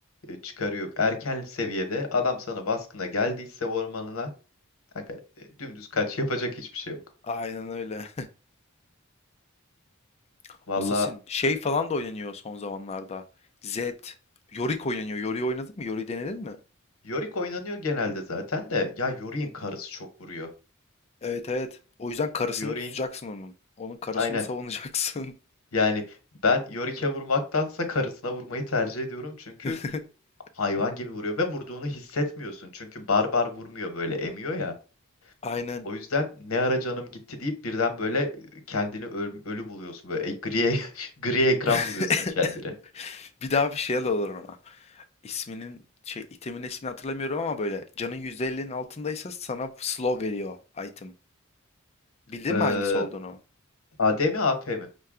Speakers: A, on the left; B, on the left.
A: e, çıkarı yok. Erken seviyede adam sana baskına geldiyse ormanına aga, e, dümdüz kaç <laughs> yapacak hiçbir şey yok.
B: Aynen öyle. <laughs>
A: Valla
B: Assassin şey falan da oynanıyor son zamanlarda. Zed, Yorick oynanıyor. Yorick'i oynadın mı? Yorick'i denedin mi?
A: Yorick oynanıyor genelde zaten de ya Yorick'in karısı çok vuruyor.
B: Evet evet. O yüzden karısını
A: Yorick'in
B: tutacaksın onun. Onun karısını
A: aynen
B: savunacaksın.
A: yani ben Yorick'e vurmaktansa karısına vurmayı tercih ediyorum çünkü
B: <laughs>
A: hayvan gibi vuruyor ve vurduğunu hissetmiyorsun. Çünkü barbar vurmuyor böyle emiyor ya.
B: Aynen.
A: O yüzden ne ara canım gitti deyip birden böyle kendini öl- ölü buluyorsun. Böyle e- gri, <laughs> gri ekran
B: <laughs>
A: buluyorsun kendine.
B: Bir daha bir şey alırlar ona. İsminin şey itemin ismini hatırlamıyorum ama böyle canın %50'nin altındaysa sana slow veriyor item. Bildin
A: Ee,
B: mi hangisi olduğunu?
A: AD mi A P mi?